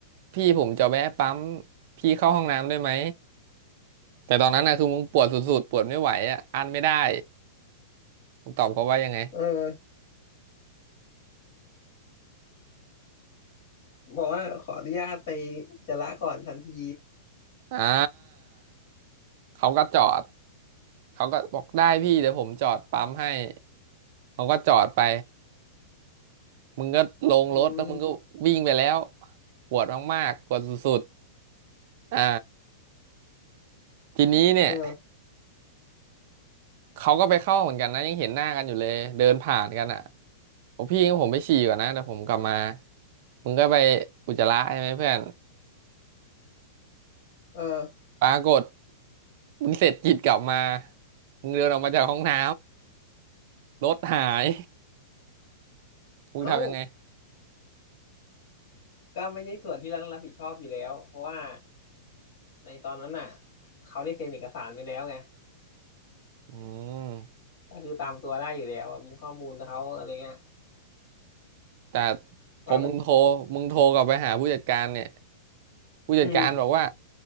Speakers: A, on the right; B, on the left.
A: พี่ผมจะแวะปั๊มพี่เข้าห้องน้ำได้ไหมแต่ตอนนั้นนะคือมึงปวดสุดๆปวดไม่ไหวอ่ะอั้นไม่ได้มึงตอบเขาว่ายังไง
B: เออบอกว่าขออนุญาตไปอุจจาระก่อนทันที
A: อ่าเขาก็จอดเขาก็บอกได้พี่เดี๋ยวผมจอดปั๊มให้เขาก็จอดไป มึงก็ลงรถแล้วมึงก็วิ่งไปแล้ว
B: อืม
A: ปวดมากๆปวดสุดๆอ่าทีนี้เนี่ย
B: เออ
A: เขาก็ไปเข้าเหมือนกันนะยังเห็นหน้ากันอยู่เลยเดินผ่านกันอ่ะผมพี่งั้นผมไปฉี่ก่อนนะเดี๋ยวผมกลับมามึงก็ไปอุจจาระใช่ไหมเพื่อน
B: เออ
A: ปรากฏมึงเสร็จกิจกลับมามึงเดินออกมาจากห้องน้ำรถหาย <laughs> มึงทำยังไง
B: เอ้าก็ไม่ใช่ส่วนที่เราต้องรับผิดชอบอยู่แล้วเพราะว่าในตอนนั้นน่ะเขาได้เซ็นเอกสารไปแล้วไง
A: อืม
B: ก็คือตามตัวได้อยู่แล้วอะมีข้อมูลเขาอะไรเงี้ย
A: แต่พอมึงโทรมึงโทรกลับไปหาผู้จัดการเนี่ย
B: ว่ามัน
A: ผู้จัดการบอกว่า
B: อืม